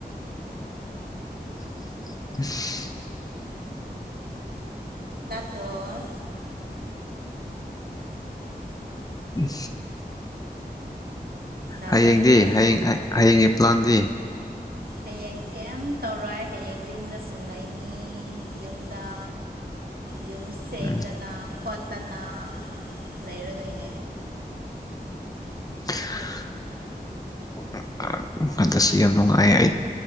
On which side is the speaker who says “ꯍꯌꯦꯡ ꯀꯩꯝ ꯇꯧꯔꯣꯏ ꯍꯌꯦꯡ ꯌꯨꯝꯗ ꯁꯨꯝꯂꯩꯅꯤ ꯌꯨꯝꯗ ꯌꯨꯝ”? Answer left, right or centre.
Right